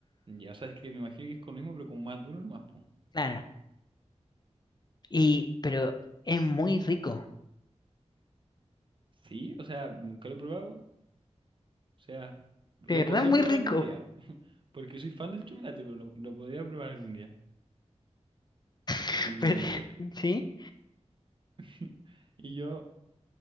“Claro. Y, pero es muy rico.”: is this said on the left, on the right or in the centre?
Left